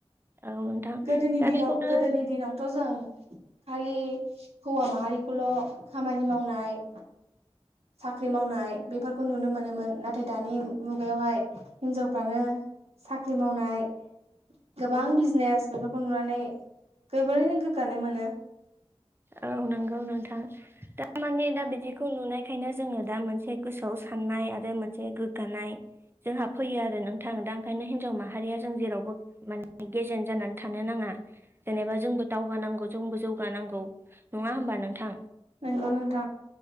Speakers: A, on the right (about 20°); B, on the right (about 75°).
A: औ नोंथां
B: गोदोनि
A: दा
B: दिनाव
A: बेखौनो
B: गोदोनि दिनावथ' जों खालि हौवा माहारिखौल' खामानि मावनाय साख्रि मावनाय बेफोरखौ नुनो मोनोमोन नाथाय दानि मुगायावहाय हिनजावफ्रानो साख्रि मावनाय गोबां बिजनेस बेफोरखौ नुनानै गोबोरैनो गोग्गानो मोनो।
A: औ नंगौ नोंथां। थारमाने दा बिदिखौ नुनायखायनो जोङो दा मोनसे गोसोआव साननाय आरो मोनसे गोग्गानाय जोंहा फैयो आरो नोंथां दा ओंखायनो हिनजाव माहारिया जों जेरावबो माने गेजेन जानानै थानो नाङा। जेनेबा जोंबो दावगानांगौ जोंबो जौगानांगौ नङा होमबा नोंथां।
B: नोंगौ नोंथां